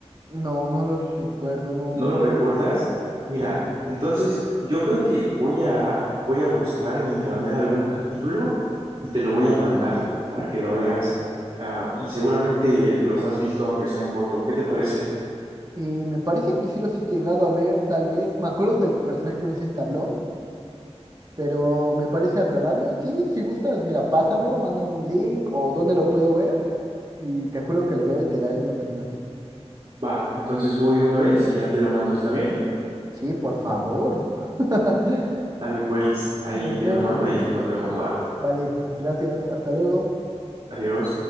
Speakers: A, on the right; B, on the right.
A: no, no los recuerdo, no.
B: ¿No lo recuerdas? Mira, entonces yo creo que voy a voy a buscar en internet algún capítulo y te lo voy a mandar para que lo veas. Ah, y seguramente los has visto aunque sea en foto. ¿Qué te parece?
A: Eh, me parece que sí los he llegado a ver, tal vez. Me acuerdo del personaje que me dice Tablón, pero me parece agradable. Sí, si gustas, mira, pásamelo, mándame un link o dónde lo puedo ver. Y te juro que lo veo y te daré mi opinión.
B: Va, entonces voy una vez y ya te lo mando, ¿está bien?
A: Sí, por favor. <laughs>
B: Dale, pues ahí
A: Nos
B: te
A: vemos.
B: lo mando y ahí nos vemos, va.
A: Vale, gracias. Hasta luego.
B: Adiós.